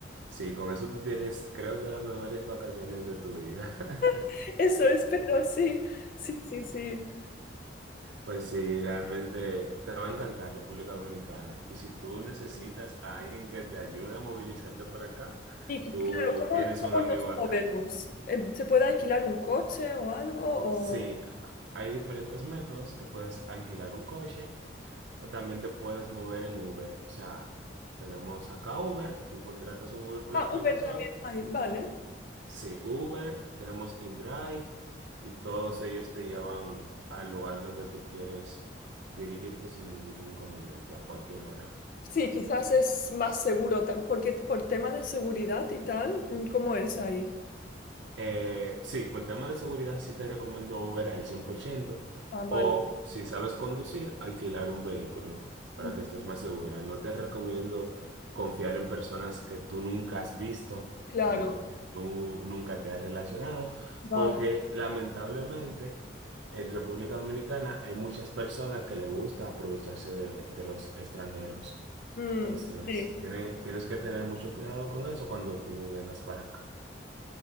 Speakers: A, on the right; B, on the left.
A: Sí, con eso tú tienes, creo que las mejores vacaciones de tu vida. <laughs>
B: <laughs> Eso espero, sí, sí, sí, sí.
A: Pues sí, realmente te va a encantar República Dominicana. Y si tú necesitas a alguien que te ayude a movilizarte por acá,
B: Y
A: tú
B: claro, ¿cómo,
A: tienes
B: cómo
A: un amigo
B: nos
A: acá.
B: movemos? Eh, ¿Se puede alquilar un coche o algo? O...
A: Sí, a- hay diferentes métodos. Tú puedes alquilar un coche o también te puedes mover en Uber. O sea, tenemos acá Uber, tú contratas un Uber por
B: Ah,
A: la aplicación.
B: Uber también hay, vale.
A: Sí, Uber, tenemos InDrive y todos ellos te llevan al lugar donde tú quieres dirigirte sin ningún inconveniente a cualquier hora.
B: Sí, quizás es más seguro, tam- porque por tema de seguridad y tal, mm, ¿cómo es ahí?
A: Eh, sí, por el tema de seguridad sí te recomiendo Uber al 100%
B: Ah, vale.
A: o si sabes conducir, alquilar un vehículo para
B: Mm,
A: que estés más segura. No te recomiendo confiar en personas que tú nunca has visto
B: Claro,
A: ni con que tú nunca te has relacionado,
B: vale.
A: porque lamentablemente en República Dominicana hay muchas personas que le gusta aprovecharse de, de los extranjeros.
B: Mm,
A: Entonces,
B: sí.
A: tiene- tienes que tener mucho cuidado con eso cuando tú vengas para acá.